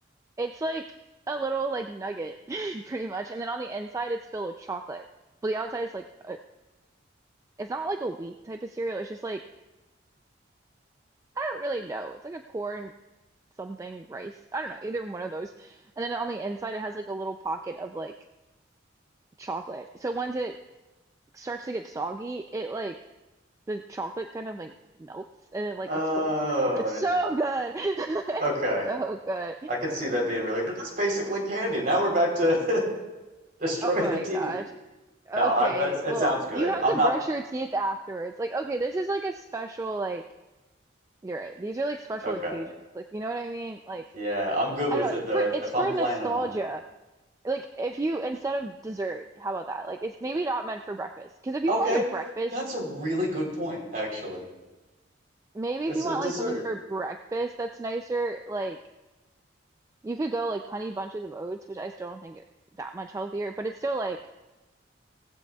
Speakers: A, on the right; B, on the right.
A: It's like a little like nugget <laughs> pretty much, and then on the inside it's filled with chocolate. But the outside is like a, it's not like a wheat type of cereal. It's just like I don't really know. It's like a corn something rice. I don't know, either one of those. And then on the inside it has like a little pocket of like chocolate. So once it starts to get soggy, it like the chocolate kind of like melts and it like
B: Oh,
A: explodes in your mouth. It's
B: and
A: so
B: it,
A: good.
B: okay.
A: <laughs> It's so good.
B: I can see that being really, but that's basically candy. Now we're back to <laughs> destroying
A: Oh my
B: the teeth.
A: gosh. Okay.
B: No, I, it, it
A: Well,
B: sounds
A: you
B: good.
A: have
B: I'm
A: to
B: not
A: brush your teeth afterwards. Like, okay, this is like a special like you're right. These are like special
B: okay.
A: occasions. Like, you know what I mean? Like,
B: Yeah, I'm good
A: I
B: with
A: don't
B: it
A: know.
B: though.
A: For
B: If
A: it's
B: if I'm
A: for
B: planning
A: nostalgia.
B: on it.
A: Like, if you instead of dessert, how about that? Like, it's maybe not meant for breakfast. Because if you
B: Okay,
A: want like a breakfast,
B: that's a really good point, actually.
A: maybe
B: It's
A: if you
B: a
A: want
B: dessert.
A: like something for breakfast that's nicer, like You could go like honey bunches of oats, which I still don't think it that much healthier, but it's still like